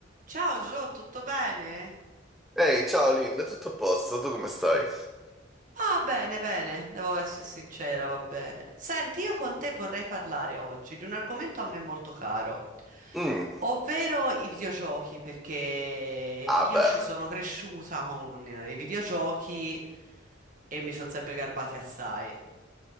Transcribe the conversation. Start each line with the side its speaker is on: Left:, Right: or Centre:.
Right: Ciao Gio, tutto bene?
Centre: Ehi, ciao Linda, tutto a posto? Tu come stai?
Right: Ah, bene, bene, devo essere sincera, va bene. Senti, io con te vorrei parlare oggi di un argomento a me molto caro,
Centre: Mm,
Right: ovvero i videogiochi, perché
Centre: ah
Right: io
Centre: beh,
Right: ci sono cresciuta con eh, i videogiochi e mi sono sempre garbati assai.